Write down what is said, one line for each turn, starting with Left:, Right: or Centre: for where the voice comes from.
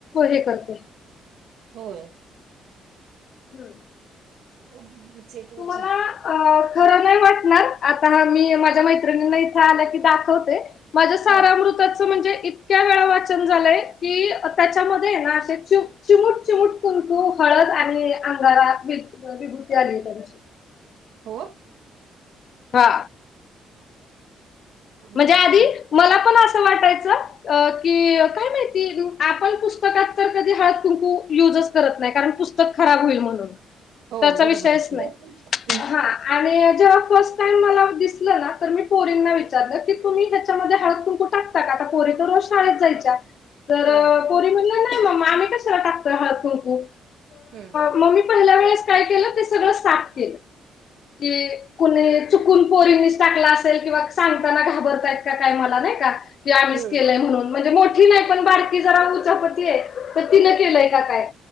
Left: हे करते.
Right: होय.
Left: हम्म.
Right: <unintelligible> तुमचं
Left: तुम्हाला अ खरं नाही वाटणार, आता मी माझ्या मैत्रिणींना इथं आलं की दाखवते. माझं सारामृताचं
Right: हा
Left: म्हणजे इतक्या वेळा वाचन झालंय की त्याच्यामध्ये नाही, असे चिमूट-चिमूट कुंकू, हळद आणि अंगारा मिळतो. अ, विभूती आली आहे त्यादिवशी
Right: हो.
Left: हा. म्हणजे
Right: बापरे
Left: आधी मला पण असं वाटायचं की, काय माहिती, आपण पुस्तकात. तर कधी हळदी-कुंकू युजच करत नाही, कारण पुस्तक खराब होईल म्हणून.
Right: हो
Left: त्याचा
Right: बरोबर
Left: विषयच
Right: आहे की
Left: नाही,
Right: हम्म
Left: हा. आणि जेव्हा फर्स्ट टाइम मला दिसलं ना, तर मी पोरींना विचार तुम्ही ह्याच्यामध्ये हळद कुंकू टाकता का आता पोरे तर रोज शाळेत जायच्या. तर
Right: ह.
Left: पोरी म्हणल्या नाही मम्मा आम्ही कशाला टाकतोय हळद कुंकू.
Right: हम्
Left: मग मी पहिल्या वेळेस काय केलं ते सगळं साफ केलं की कुणी चुकून पोरींनीच टाकला असेल किंवा सांगताना घाबरतायत का काय मला नाही का? ते आम्हीच
Right: हम्म
Left: केलंय म्हणून म्हणजे मोठी नाही पण बारकी जरा उचापती आहे. तर तिनं केलंय का काय